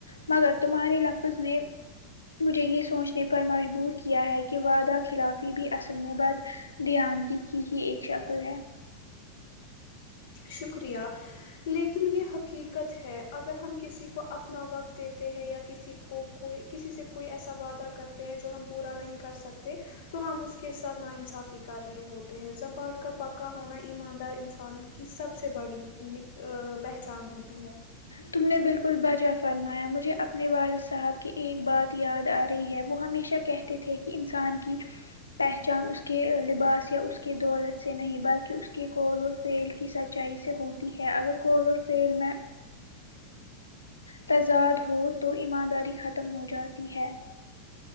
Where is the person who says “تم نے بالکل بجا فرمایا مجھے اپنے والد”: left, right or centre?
Left